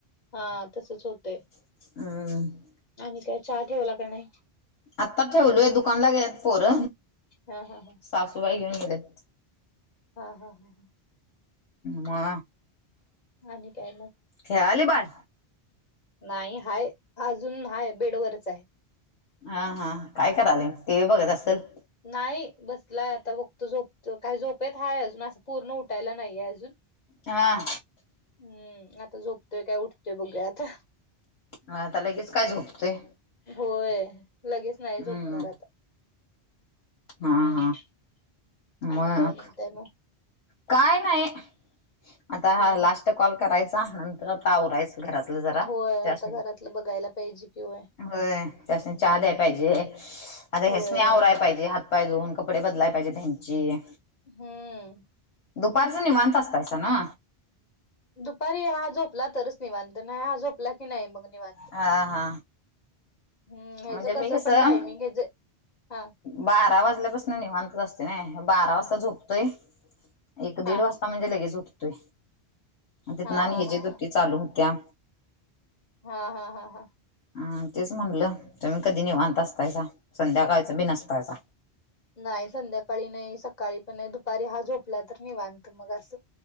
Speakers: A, on the left (about 40°); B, on the left (about 75°).
A: हा तसच होतय..
B: हम्म.
A: आणि काय चहा ठेवला का नाही..
B: आत्ता ठेवलोय दुकानला गेलेत पोर.
A: हा हा हा.
B: साफसफाई काय केलेत..
A: हा हा हा हा.
B: मा.
A: आणि काय मग.
B: खेळाले बाळ.
A: नाही हाय अजून हाय बेडवरच आहे..
B: हा हा काय कराले टी व्ही बघत असेल..
A: नाही बसलाय आता बघतो झोपतो काय झोपेत हाय अजून असं पूर्ण उठायला नाहीये अजून.
B: हा.
A: हम्म आता झोपतोय काय उठतोय बघू आता.
B: हा आता लगेच काय झोपतोय..
A: होय लगेच नाही
B: हम्म
A: झोपणार आता. हम्म
B: हा हा
A: आणि
B: मग
A: काय म्हणताय मग.
B: काय नाही आता
A: हम्म
B: लास्ट कॉल करायचा नंतर आता आवरायच. घरातलं. जरा
A: होय
B: त्यासनी
A: आता घरातलं बघायला पाहिजे किंवा.
B: होय त्यासनी चहा द्याय पाहिजे आता आणि
A: होय
B: त्यासनी आवराया पाहिजे ह. पाय धुऊन कपडे बदलाय पाहिजे तुमचे.
A: हम्म.
B: दुपारचा निवांत असतायच ना.
A: दुपारी हा झोपला तरच निवांत नाही हा झोपला की नाही मग निवांत.
B: हा हा.
A: हम्म ह्याच
B: म्हणजे मी
A: कस
B: कसं
A: पण टायमिंग हेच आहे हा.
B: बारा वाजल्यापासून नि मानतच असते ना बारा वाजता झोपतोय एक दीड
A: हा
B: वाजता. म्हणजे लगेच उठतोय तिथ
A: हा
B: आणि
A: हा
B: ह जी
A: हा हा
B: दु्टी चालू होत्या.
A: हा हा हा हा.
B: हम तेच म्हणलं तुम्ही कधी निवत असताय का संध्याकाळच बि नसतायचा.
A: नाही संध्याकाळी नाही सकाळी पण नाही दुपारी हा झोपला. तर मी मानत मग असं